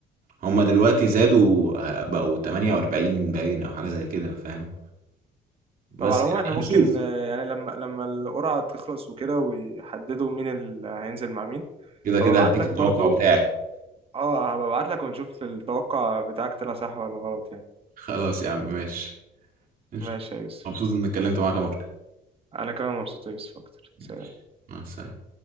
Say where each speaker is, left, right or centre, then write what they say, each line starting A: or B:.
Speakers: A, on the right; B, on the right.
A: هما دلوقتي زادوا آه، بقوا 48 باين او حاجة زي كده فاهم بس
B: طب على العموم
A: يعني
B: احنا ممكن
A: هنشوف
B: آه، يعني لما لما القرعة تخلص وكده ويحددوا مين اللي هينزل مع مين
A: كده كده
B: هبقى ابعت
A: هديك
B: لك
A: التوقع
B: برضو
A: بتاعي
B: اه هبقى ابعت لك ونشوف التوقع بتاعك طلع صح ولا غلط يعني
A: خلاص يا عم ماشي ماشي.
B: ماشي يا يوسف
A: مبسوط اني اتكلمت معاك يا مارك
B: انا كمان مبسوط يا يوسف اكتر
A: ماشي
B: سلام
A: مع السلامة